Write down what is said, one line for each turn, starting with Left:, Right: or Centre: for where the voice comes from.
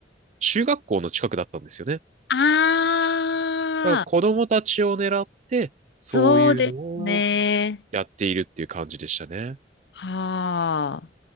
Right: 中学校の近くだったんですよね。
Left: ああ、
Right: だから子供たちを狙って、そういうのを
Left: そうですね。
Right: やっているっていう感じでしたね。
Left: はあ。